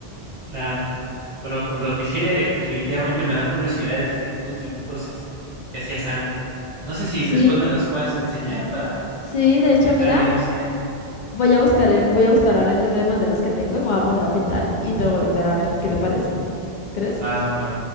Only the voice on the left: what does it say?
Sí,
sí,
de
hecho,
mira,
voy a buscar el, voy a buscar ahora el libro de mandalas que tengo y me voy a poner a pintar y te lo voy a enviar a ver qué te parecen. ¿Crees?